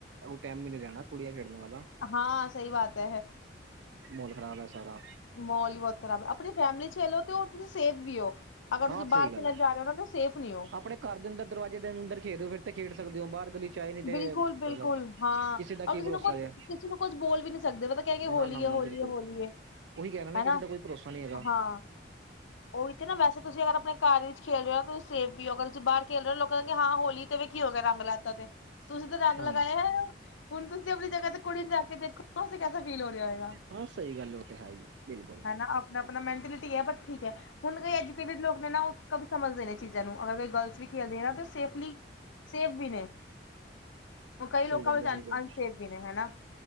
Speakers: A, on the right; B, on the left.
A: ਉਹ ਟੈਮ ਹੀ ਨੀ ਰਹਿਆ ਨਾ ਕੁੜੀਆਂ ਖੇਡਨੇ ਵਾਲਾ।
B: ਹਾਂ ਸਹੀ ਬਾਤ ਹੈ।
A: ਮਾਹੌਲ ਖ਼ਰਾਬ ਹੈ ਸਾਰਾ
B: ਮਹੋਲ ਹੀ ਬਹੁਤ ਖਰਾਬ ਹੈ ਆਪਣੀ ਫੈਮਿਲੀ ਚ ਖੇਲੋ ਤੇ ਉਹ ਤੁਸੀਂ ਸੇਫ ਵੀ ਹੋ। ਅਗਰ ਤੁਸੀਂ
A: ਹਾਂ ਸਹੀ
B: ਬਾਹਰ
A: ਗੱਲ
B: ਖੇਲਣ
A: ਹੈ
B: ਜਾ ਰਹੇ ਹੋ ਨਾ ਤਾਂ ਸੇਫ ਨੀ ਹੋ।
A: ਆਪਣੇ ਘਰ ਦੇ ਅੰਦਰ ਦਰਵਾਜ਼ੇ ਦੇ ਅੰਦਰ ਖੇਲ ਰ ਹੋ ਫੇਰ ਤੇ ਖੇਡ ਸਕਦੇ ਹੋ ਬਾਹਰ ਗਲੀ ਚ ਆਏ ਨੀ ਤੇ
B: ਬਿਲਕੁਲ
A: ਮਤਲਬ
B: ਬਿਲਕੁਲ ਹਾਂ
A: ਦਾ
B: ਉਹ
A: ਕੀ
B: ਕਿਸੇ
A: ਭਰੋਸਾ
B: ਨੂੰ ਕੁਛ
A: ਜੇ
B: ਕਿਸੇ ਨੂੰ ਕੁੱਝ ਬੋਲ ਵੀ ਨਹੀਂ ਸਕਦੇ ਮ ਕਹਿ ਗ ਹੋਲੀ
A: ਨਾ ਨਾ ਨਾ
B: ਏ ਹੋੌਲੀ
A: ਬਿਲਕੁਲ
B: ਹੈ ਹੋਲੀ ਹੈ।
A: ਉਹੀ ਕਹਰੇਹਾ ਨਾ
B: ਹਨਾ
A: ਕਿਸੇ ਦਾ ਕੋਈ ਭਰੋਸਾ ਨਹੀਂ ਹੈਗਾ।
B: ਹਾਂ ਉਹੀ ਤੇ ਨਾ ਵੈਸ ਤੁਸੀਂ ਅਗਰ ਆਪਣੇ ਘਰ ਵਿੱਚ ਖੇਲ ਰਹੇ ਹੋ ਨਾ ਤੁਸੀਂ ਸੈਫ ਵਿ ਹੋ, ਅਗਰ ਤੁਸੀਂ ਬਾਰ ਖੇਲ ਰਹੇ ਹੋ ਲੋਕ ਕਹਿੰਦੇ ਹਾਂ ਹੋਲੀ ਕੀ ਹੋ ਗਿਆ ਰੰਗ ਲਾਤਾ ਤੇ ਤੁਸੀਂ ਤਾਂ ਰੰਗ
A: ਹਾਂ
B: ਲਗਾਏ ਹੈ ਹੁਣ ਤੁਸੀਂ ਆਪਣੀ ਜਗ੍ਹਾ ਤੇ ਕੁੜੀ ਜਾ ਕੇ ਦੇਖ ਕੈਸਾ ਫੀਲ ਹੋ ਰਿਹਾ ਹੈਗਾ
A: ਹਾਂ ਸਹੀ ਗੱਲ ਉਹ ਤੇ ਹੈ ਹੀ ਬਿਲਕੁਲ
B: ਹਨ ਨਾ ਆਪਣਾ ਮੈਂਟਲਿਟੀ ਹੈ ਤੇ ਠੀਕ ਹੈ ਹੁਣ ਕੋਈ ਐਜੂਕੇਟਿਡ ਲੋਕ ਨੇ ਨਾ ਸਮਝਦੇ ਨੇ ਚੀਜ਼ਾਂ ਨੂੰ ਅਗਰ ਕੋਈ ਗਰਲਸ ਵੀ ਖੇਲਦੇ ਨਾ ਸੇਫਲੀ ਸੇਫ ਵੀ ਨੇ ਉਹ ਕਈ ਲੋਕਾਂ
A: ਸਹੀ ਗੱਲ
B: ਵਿੱਚ
A: ਹੈ ਬਿਲਕੁਲ
B: ਅ ਅਨਸੇਫ ਵੀ ਨੇ ਹਨਾ